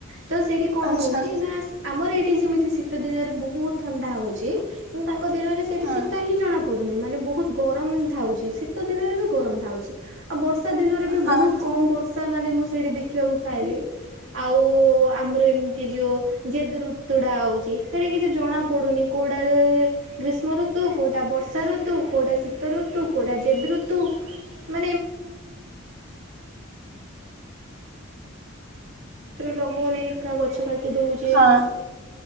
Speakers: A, on the right; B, on the right.
A: ତ ସେଇଠି କଣ
B: ଆଚ୍ଛା
A: ହଉଚି ନା ଆମର ଏଇଠି ଯେମିତି ଶୀତ ଦିନରେ ବହୁତ ଥଣ୍ଡା ହଉଚି କିନ୍ତୁ ତାଙ୍କ ତ ଦିନରେ ସେଇଠି
B: ହଁ
A: ଶୀତ ହିଁ ଜଣାପଡ଼ୁନି ମାନେ ବହୁତ ଗରମ ଥାଉଚି, ଶୀତ ଦିନରେ ବି ଗରମ ଥାଉଚି। ଆଉ ବର୍ଷା ଦିନ ରେ ବି
B: ହଁ
A: ବହୁତ୍ କମ ବର୍ଷା ତାମାନେ ମୁଁ ସେଇଠି ଦେଖିବାକୁ ପାଇଲି ଆଉ ଆମର ଏମିତି ଯୋଉ ଜେ ରୁତୁଟା ହଉଚି ସେଠି କିଛି ଜଣା ପଡୁନି କ ଉଟା ଗ୍ରୀଷ୍ମ ଋତୁ କଉଟା ବର୍ଷା ଋତୁ କଉଟା ଶୀତ ଋତୁ ତୁ କୋଡ଼ା ଯେଦ ଋତୁ <inaudible> ଗଛ ଲହଉନାଇ ଗଛ କାଟି ଦେଉଚେ।
B: ହଁ